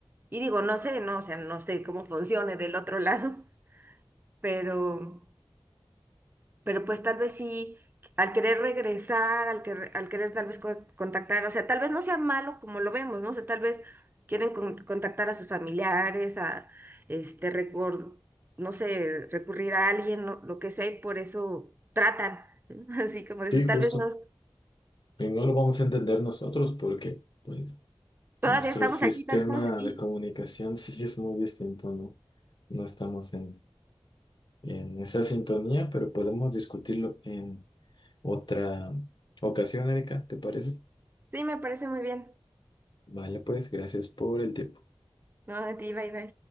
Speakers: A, on the right; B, on the left.
A: y digo, no sé, no, o sea, no sé cómo funcione del otro <laughs> lado. pero, pero pues tal vez sí, al querer regresar, al, que, al querer tal vez co- contactar, o sea, tal vez no sea malo como lo vemos, ¿no? O sea, tal vez quieren con- contactar a sus familiares, a, este, recor- no sé, recurrir a alguien, lo, lo que sea, y por eso tratan, ¿no? <laughs> Así como de
B: Sí,
A: eso,
B: justo.
A: tal vez no
B: Y no lo vamos a entender nosotros porque, pues,
A: todavía
B: nuestro
A: estamos
B: sistema
A: aquí, tal vez estamos aquí.
B: de comunicación sí es muy distinto, ¿no? No estamos en, en esa sintonía, pero podemos discutirlo en otra ocasión, Erika, ¿te parece?
A: Sí, me parece muy bien.
B: Vale, pues, gracias por el tiempo.
A: No, a ti, bye, bye.